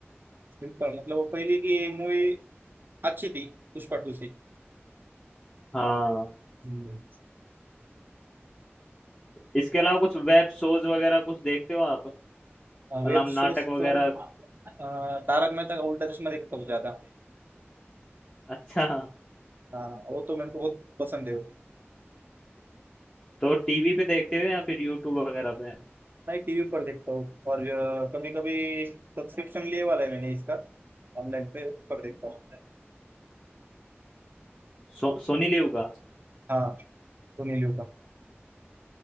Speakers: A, on the right (about 50°); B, on the left (about 25°).
A: सिंपल मतलब वो पहले की मूवी अच्छी थी पुष्पा टू से
B: हाँ
A: हम्म,
B: इसके अलावा कुछ वेब शोज वगैरह कुछ देखते हो आप मतलब
A: वेब शोज
B: नाटक वगैरह
A: तो अ, तारक मेहता का उल्टा चश्मा देखता हूँ ज्यादा
B: अच्छा
A: हाँ वो तो मेरे को बहुत पसंद है वो
B: तो टीवी पे देखते हो या फिर यूट्यूब वगैरह पे
A: मैं टीवी पर देखता हूँ और कभी कभी सब्सक्रिप्शन लिए वाला है मैंने इसका ऑनलाइन पे उस पर देखता हूँ
B: सो, सोनी लिव का
A: हाँ सुनील का